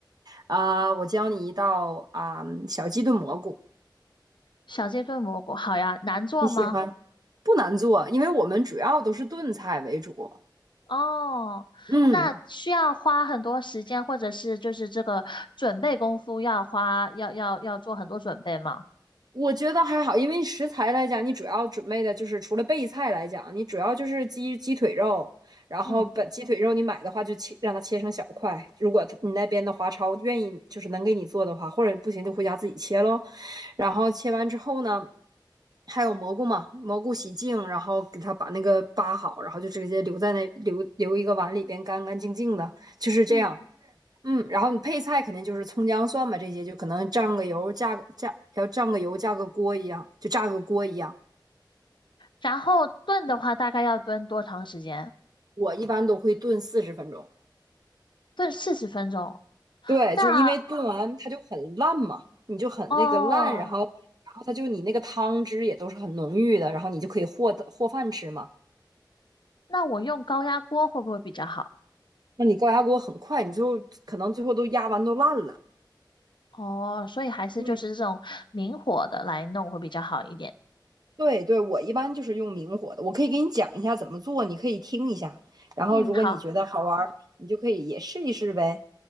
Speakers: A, on the right; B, on the left.
A: 啊我教你一道啊小鸡炖蘑菇，
B: 小鸡炖蘑菇，好呀，难做吗？
A: 你喜欢？不难做，因为我们主要都是炖菜为主，
B: 哦，
A: 嗯。
B: 那需要花很多时间，或者是就是这个准备功夫要花，要要要做很多准备吗？
A: 我觉得还好，因为食材来讲，你主要准备的就是除了备菜来讲，你主要就是鸡鸡腿肉，然后把鸡腿肉你买的话就切，
B: 嗯，
A: 让它切成小块。如果他你那边的华超愿意就是能给你做的话，或者不行就回家自己切咯。然后切完之后呢，还有蘑菇嘛，蘑菇洗净，然后给它把那个扒好，然后就直接留在那留留一个碗里边干干净净的，就是这样。
B: 嗯，
A: 嗯，然后你配菜肯定就是葱姜蒜嘛，这些就可能蘸个油，加个加，要蘸个油，加个锅一样，就炸个锅一样。
B: 然后炖的话大概要炖多长时间？
A: 我一般都会炖四十分钟，
B: 炖四十分钟。
A: 对，
B: 那
A: 就是因为炖完它就很烂嘛，你就很那个烂，
B: 哦，
A: 然后然后它就你那个汤汁也都是很浓郁的，然后你就可以和的和饭吃嘛。
B: 那我用高压锅会不会比较好？
A: 那你高压锅很快，你最后可能最后都压完都烂了。
B: 哦，所以还是就是这种明火的来弄会比较好一点。
A: 嗯，对对，我一般就是用明火的，我可以给你讲一下怎么做，你可以听一下，然后如果你觉得好玩儿，
B: 嗯，好，
A: 你就可以也试一试呗。